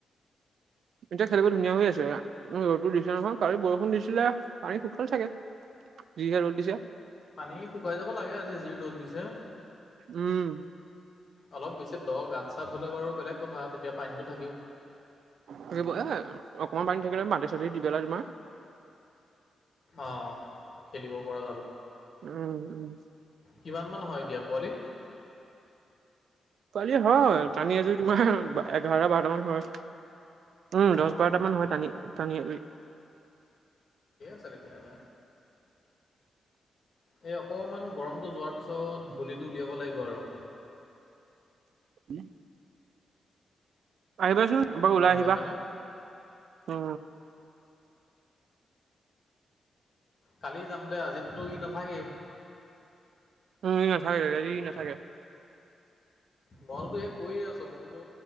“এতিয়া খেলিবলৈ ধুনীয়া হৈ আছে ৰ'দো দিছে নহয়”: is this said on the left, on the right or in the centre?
Right